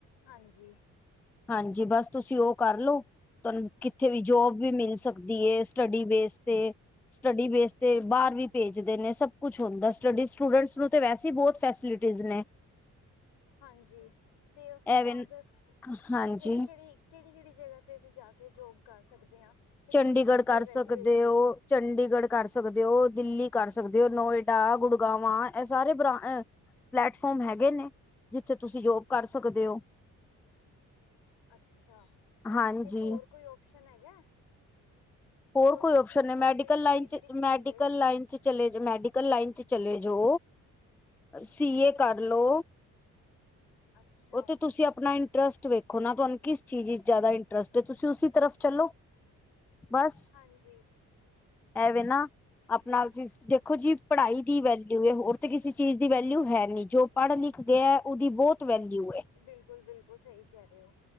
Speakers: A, on the left; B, in the centre.
A: ਹਾਂਜੀ।
B: ਹਾਂਜੀ ਬਸ ਤੁਸੀਂ ਓ ਕਰਲੋ ਤੁਆਨੂੰ ਕਿੱਥੇ ਵੀ ਜੋਬ ਵੀ ਮਿਲ ਸਕਦੀ ਐ ਸਟੱਡੀ ਬੇਸ ਤੇ ਸਟੱਡੀ ਬੇਸ ਤੇ ਬਾਰ ਵੀ ਭੇਜਦੇ ਨੇ ਸਭ ਕੁਛ ਹੁੰਦਾ ਸਟੱਡੀ ਸਟੂਡੈਂਟਸ ਨੂੰ ਤੇ ਵੈਸੇ ਈ ਬੋਤ ਫੈਸਿਲਿਟੀਜ਼ ਨੇ।
A: ਹਾਂਜੀ, ਤੇ ਓਸ ਤੋਂ
B: ਐਵੇਂ
A: ਬਾਦ,
B: ਹਾਂਜੀ
A: ਕੇੜੀ-ਕੇੜੀ ਕੇੜੀ-ਕੇੜੀ ਜਗਾ ਤੇ ਅਸੀਂ ਜਾ ਕੇ ਜੋਬ ਕਰ ਸਕਦੇ ਆਂ ਤੇ
B: ਚੰਡੀਗੜ੍ਹ
A: ਕੀ-ਕੀ ਅੱਗੇ
B: ਕਰ
A: ਵੈਲੂ
B: ਸਕਦੇ
A: ਹੈਗੀ
B: ਹੋ
A: ਐਂ।
B: ਚੰਡੀਗੜ੍ਹ ਕਰ ਸਕਦੇ ਓ, ਦਿੱਲੀ ਕਰ ਸਕਦੇ ਓ, ਨੋਏਡਾ, ਗੁੜਗਾਵਾਂ ਏਹ ਸਾਰੇ ਬਾਂ ਪਲੈਟਫੋਮ ਹੈਗੇ ਨੇ, ਜਿੱਥੇ ਤੁਸੀਂ ਜੋਬ ਕਰ ਸਕਦੇ ਓ?
A: ਅੱਛਾ,
B: ਹਾਂਜੀ
A: ਤੇ ਹੋਰ ਕੋਈ ਓਪਸ਼ਨ ਹੈਗਾ।
B: ਹੋਰ ਕੋਈ
A: ਕੀ
B: ਓਪਸ਼ਨ
A: ਕੀ
B: ਨੇ
A: ਕੋਈ
B: ਮੈਡੀਕਲ
A: ਕੋਈ ਕਿਹੜੀ
B: ਲਾਈਨ
A: ਕਿਹੜੀ
B: ਚ,
A: ਫੀਲਡ
B: ਮੈਡੀਕਲ
A: ਏ
B: ਲਾਈਨ ਚ ਚਲੇ ਜੋ ਮੈਡੀਕਲ ਲਾਈਨ ਚ ਚਲੇ ਜੋ। ਸੀ ਏ ਕਰਲੋ,
A: ਅੱਛਾ
B: ਓ ਤੇ ਤੁਸੀਂ ਆਪਣਾ ਇੰਟਰਸਟ ਵੇਖ ਖੋ ਤੁਆਨੂੰ ਕਿਸ ਚੀਜ਼ ਵਿਚ ਜਾਦਾ ਇੰਟਰਸਟ ਏ ਤੁਸੀਂ ਓਸੀ ਤਰਫ ਚੱਲੋ। ਬਸ,
A: ਹਾਂਜੀ
B: ਐਵੇ ਨਾ ਆਪਣਾ ਆਪ ਜਿਸ ਦੇਖੋ ਜੀ ਪੜ੍ਹਾਈ ਦੀ ਵੈਲਿਊ ਐ ਹੋਰ ਤੇ ਕਿਸੇ ਚੀਜ਼ ਦੀ ਵੈਲਿਊ ਹੈ ਨੀ ਜੋ ਪੜ੍ਹ ਲਿਖ ਗਿਆ ਓਦੀ ਬੋਤ ਵੈਲਿਊ ਐ।
A: ਬਿਲਕੁਲ ਬਿਲਕੁਲ ਸਹੀ ਕਹਿ ਰਹੇ ਹੋ